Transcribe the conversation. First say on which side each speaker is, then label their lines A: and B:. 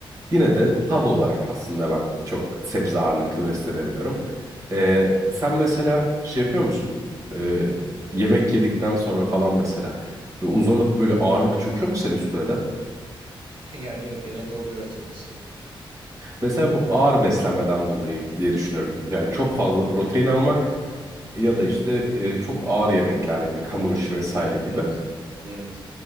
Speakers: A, on the right; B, on the right.
A: yine de tat olarak aslında ben çok sebze ağırlıklı beslenemiyorum. E, sen mesela şey yapıyor musun? E, yemek yedikten sonra falan mesela ve uzanıp böyle ağırlık çöküyor mu senin üstüne de?
B: <laughs> Yani evet genelde oluyor açıkçası.
A: Mesela bu ağır beslenmeden dolayı diye düşünüyorum. Yani çok fazla
B: Doğru
A: protein
B: doğru. haklısın.
A: almak ya
B: Hı hı.
A: da işte e, çok ağır yemekler yemek, hamur işi vesaire
B: Evet
A: gibi.
B: evet. Evet.